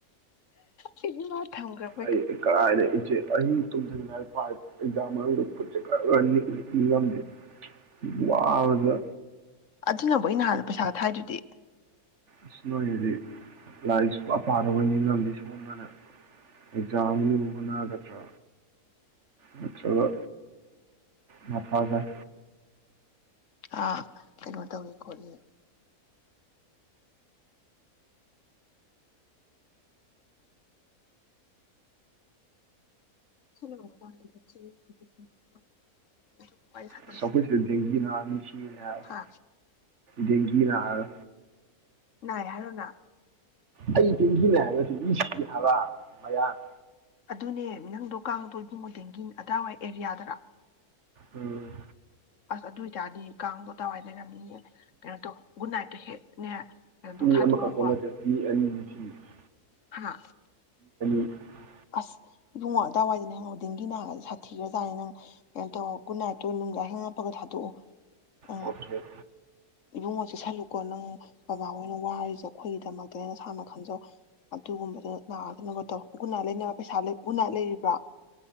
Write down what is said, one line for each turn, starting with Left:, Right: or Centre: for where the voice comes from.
Left: ꯑꯩꯗꯤ ꯃꯥ ꯊꯝꯈ꯭ꯔꯕ
Right: ꯑꯩ ꯀꯥꯏꯔꯦ ꯏꯆꯦ ꯑꯍꯤꯡ ꯇꯨꯝꯗꯨꯗ ꯉꯥꯏ ꯄꯥꯏ ꯑꯦꯛꯖꯥꯝ ꯃꯅꯨꯡꯗ ꯈꯨꯠꯁꯦ ꯒꯔ ꯔ ꯔ ꯅꯤꯛꯑꯦ ꯏꯕ ꯉꯝꯗꯦ ꯋꯥꯕꯗ
Left: ꯑꯗꯨꯅꯕꯨ ꯑꯩꯅ ꯍꯥꯟꯅ ꯄꯩꯁꯥ ꯊꯥꯏꯗꯨꯗꯤ
Right: ꯏꯁ ꯅꯣꯏꯖꯤꯗꯤ ꯂꯥꯏꯔꯤꯛ ꯁꯨꯛꯄ ꯄꯥꯗꯕꯣꯏ ꯅꯤꯉꯝꯅꯤ ꯁꯣꯝꯗꯅ ꯑꯦꯛꯖꯥꯝꯒꯤ ꯑꯃꯨꯛ ꯍꯣꯠꯅꯒꯗ꯭ꯔꯥ ꯅꯠꯇ꯭ꯔꯒ ꯃꯊꯥ ꯁꯥꯏ
Left: ꯑꯥ ꯀꯩꯅꯣ ꯇꯧꯏ ꯈꯣꯠꯂꯤ <unintelligible> ꯁꯥꯟꯅꯁꯤ
Right: ꯑꯁ ꯑꯈꯣꯏ ꯁꯤꯗ ꯗꯦꯡꯒꯤ ꯅꯥꯔꯑ ꯃꯤ ꯁꯤꯔꯦ ꯍꯥꯏꯕ
Left: ꯍꯥ
Right: ꯗꯦꯡꯒꯤ ꯅꯥꯔꯒ
Left: ꯅꯥꯏ ꯍꯥꯏꯔꯣ ꯅꯪ
Right: ꯑꯩ ꯗꯦꯡꯒꯤ ꯅꯦ ꯍꯥꯏꯕ ꯃꯤꯁꯤ ꯍꯋꯥ ꯃꯌꯥꯡ
Left: ꯑꯗꯨꯅꯦ ꯅꯪꯕꯨ ꯀꯥꯡꯗꯣ ꯏꯕꯨꯡꯉꯣ ꯗꯦꯡꯒꯤ ꯑꯗꯥꯏꯋꯥꯏ ꯑꯦꯔꯤꯌꯥꯗꯔ
Right: ꯎꯝ
Left: ꯑꯁ ꯑꯗꯨ ꯑꯣꯏꯇꯥꯔꯗꯤ ꯀꯥꯡꯗꯣ ꯑꯗꯨꯋꯥꯏꯗ ꯂꯩꯔꯝꯅꯤꯌꯦ ꯀꯩꯅꯣ ꯇꯧ ꯒꯨꯗ ꯅꯥꯏꯠꯇꯣ ꯍꯦꯛꯅꯦ ꯀꯩꯅꯣ ꯇꯧ
Right: ꯃꯤ
Left: ꯊꯥꯗꯣꯛꯑꯣꯀꯣ
Right: ꯑꯃꯈꯛꯇ ꯅꯠꯇꯦ ꯃꯤ ꯑꯅꯤꯅꯦ ꯁꯤꯔꯤꯁꯦ
Left: ꯍꯥ
Right: <inaudible>
Left: ꯑꯁ ꯏꯕꯨꯡꯉꯣ ꯑꯋꯥꯏꯗꯅꯦ ꯈꯪꯕ ꯗꯦꯡꯒꯤꯪꯅꯥꯔꯗꯤ ꯁꯥꯊꯤꯈ꯭ꯔꯖꯥꯠꯅꯤ ꯅꯪ ꯀꯩꯅꯣ ꯇꯧ ꯒꯨꯗ ꯅꯥꯏꯠꯇꯣ ꯅꯨ ꯌꯥꯍꯤꯡꯉꯛꯄꯒ ꯊꯥꯗꯣꯛꯑꯣ ꯎꯝ
Right: ꯑꯣꯀꯦ
Left: ꯏꯕꯨꯡꯉꯣ ꯆꯦꯛꯁꯜꯂꯨꯀꯣ ꯅꯪ ꯕꯕꯥꯍꯣꯏꯅ ꯋꯥꯔꯤꯁꯦ ꯑꯩꯈꯣꯏꯒꯤꯗꯃꯛꯇꯅꯦ ꯅꯁꯥꯅ ꯈꯟꯖꯧ ꯑꯗꯨꯒꯨꯝꯕꯗꯣ ꯅꯥꯗꯅꯕ ꯇꯧ ꯎꯅꯥ ꯂꯩꯅꯕ ꯄꯩꯁꯥ ꯂꯩ ꯎꯅꯥ ꯂꯩꯔꯤꯕ꯭ꯔꯥ